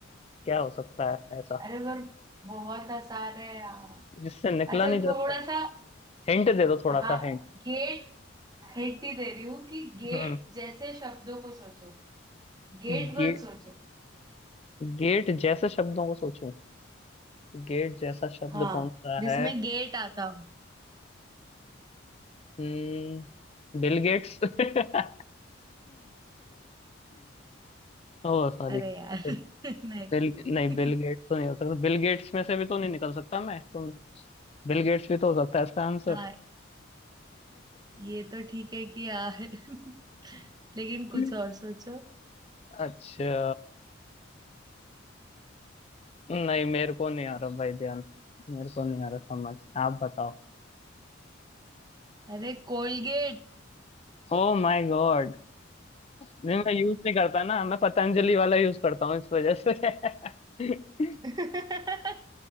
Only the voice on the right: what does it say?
अरे पर बहुत आसान है यार
अच्छा
थोड़ा
सा
हाँ
गेट हिंट ही दे रही हूँ कि गेट
जैसे शब्दों को सोचो गेट
मत सोचो
हाँ
जिसमें
गेट आता हो
अरे यार
<laughs> नहीं
<laughs>
हाँ ये तो ठीक है कि यार <laughs> लेकिन कुछ
और सोचो
अरे कोलगेट
<laughs>